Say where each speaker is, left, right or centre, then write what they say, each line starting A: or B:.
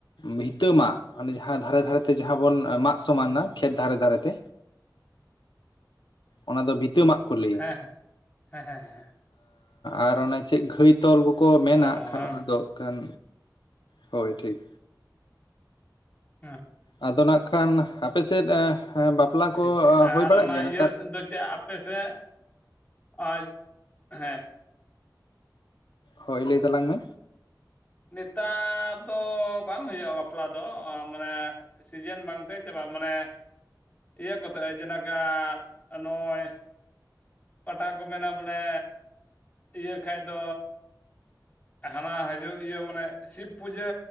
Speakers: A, on the left; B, on the left.
A: ᱵᱷᱤᱛᱟᱹ ᱢᱟᱜ ᱚᱱᱮ ᱡᱟᱦᱟᱸ ᱫᱷᱟᱨᱮ ᱫᱷᱟᱨᱮᱛᱮ ᱡᱟᱦᱟᱸ ᱵᱚᱱ ᱢᱟᱜ ᱥᱚᱢᱟᱱᱱᱟ ᱠᱷᱮᱛ ᱫᱷᱟᱨᱮ ᱫᱷᱟᱨᱮᱛᱮ ᱚᱱᱟ ᱫᱚ ᱵᱷᱤᱛᱟᱹ ᱢᱟᱜ ᱠᱚ ᱞᱟᱹᱭᱟ
B: ᱦᱮᱸ ᱦᱮᱸ ᱦᱮᱸ ᱦᱮᱸ ᱦᱮᱸ
A: ᱟᱨ ᱚᱱᱮ ᱪᱮᱫ ᱜᱷᱟᱹᱭ ᱛᱚᱞ ᱠᱚᱠᱚ ᱢᱮᱱᱟᱜ
B: ᱚ ᱚ
A: ᱠᱷᱟᱱ
B: ᱵᱟᱝ
A: ᱚᱱᱟ ᱫᱚ ᱠᱷᱟᱱ ᱦᱳᱭ ᱴᱷᱤᱠ
B: ᱦᱮᱸ
A: ᱟᱫᱚ ᱱᱟᱜ ᱠᱷᱟᱱ ᱟᱯᱮ ᱥᱮᱫ ᱵᱟᱯᱞᱟ
B: ᱴᱷᱤᱠ
A: ᱠᱚ
B: ᱴᱷᱤᱠ
A: ᱦᱩᱭ
B: ᱟᱨ
A: ᱵᱟᱲᱟᱜ
B: ᱚᱱᱟ
A: ᱜᱮᱭᱟ ᱱᱮᱛᱟᱨ
B: ᱤᱭᱟᱹ ᱫᱚ ᱪᱮᱫ ᱟᱯᱮ ᱥᱮᱫ ᱟᱡ ᱦᱮᱸ
A: ᱦᱳᱭ ᱞᱟᱹᱭ ᱛᱟᱞᱟᱝ ᱢᱮ
B: ᱱᱮᱛᱟᱨ ᱫᱚ ᱵᱟᱝ ᱦᱩᱭᱩᱜ-ᱟ ᱵᱟᱯᱞᱟ ᱫᱚ ᱢᱟᱱᱮ ᱥᱤᱡᱮᱱ ᱵᱟᱝᱛᱮ ᱪᱟᱵᱟᱜ ᱢᱟᱱᱮ ᱤᱭᱟᱹ ᱠᱚᱛᱮ ᱡᱮᱞᱮᱠᱟ ᱱᱚᱜᱼᱚᱭ ᱯᱟᱴᱟ ᱠᱚ ᱢᱮᱱᱟ ᱵᱚᱞᱮ ᱤᱭᱟᱹ ᱠᱷᱟᱱ ᱫᱚ ᱦᱟᱱᱟ ᱦᱤᱡᱩᱜ ᱤᱭᱟᱹ ᱢᱟᱱᱮ ᱥᱤᱵᱽ ᱯᱩᱡᱟᱹ